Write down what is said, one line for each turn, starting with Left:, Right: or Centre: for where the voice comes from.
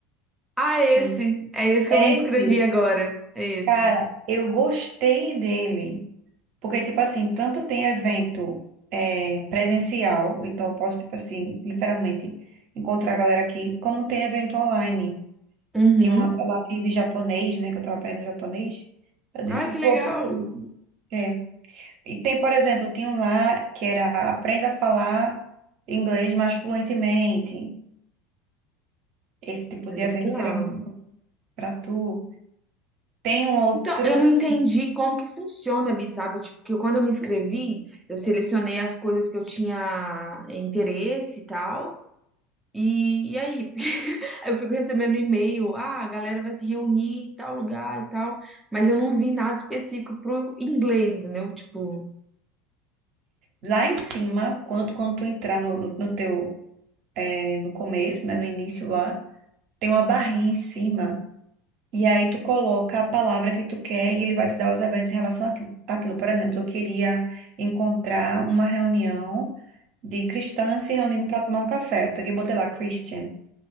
Centre: Ah, é
Right: que
Centre: esse, é esse que
Right: é
Centre: eu me inscrevi
Right: esse,
Centre: agora, é esse.
Right: cara, eu gostei dele. Porque, tipo assim, tanto tem evento é, presencial, então eu posso, tipo assim, literalmente encontrar a galera aqui, como tem evento online.
Centre: Uhum.
Right: Tinha uma tela ali de japonês, né? Que eu tava aprendendo japonês. Eu disse,
Centre: Ai, que
Right: vou
Centre: legal.
Right: pra isso. É. E tem, por exemplo, tinha um lá que era aprenda a falar inglês mais fluentemente. Esse tipo de
Centre: É Legal.
Right: evento seria muito bom pra tu. Tem um outro
Centre: Então, eu não entendi como que funciona ali, sabe? Tipo, que eu- quando eu me inscrevi, eu selecionei as coisas que eu tinha interesse e tal, E, e aí? <laughs> Eu fico recebendo e-mail, ah, a galera vai se reunir em tal lugar e tal, mas eu não vi nada específico pro inglês, entendeu? Tipo,
Right: lá em cima, quando, quando tu entrar no, no, no teu, eh, no começo, né? No início lá, tem uma barrinha em cima. E aí tu coloca a palavra que tu quer e ele vai te dar os eventos em relação àquilo. àquilo. Por exemplo, eu queria encontrar uma reunião de cristãs se reunindo para tomar um café. Eu peguei e botei lá Christian.